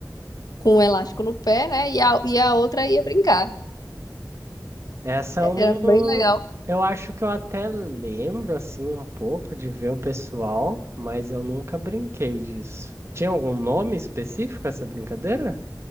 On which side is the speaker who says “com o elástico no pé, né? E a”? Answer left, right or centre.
Left